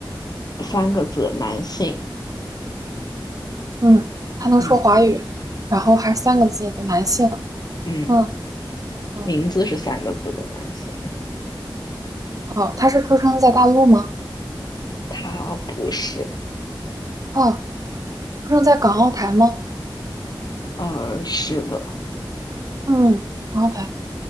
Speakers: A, on the left (about 50°); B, on the right (about 45°).
A: 三个字，男性，
B: 嗯，他能说华语，
A: 嗯
B: 然后还是三个字的男性，
A: 嗯。
B: 嗯嗯，
A: 名字是三个字的男性，
B: 好，他是出生在大陆吗？
A: 他不是。
B: 啊，出生在港澳台吗？
A: 呃，是的，
B: 嗯，港澳台。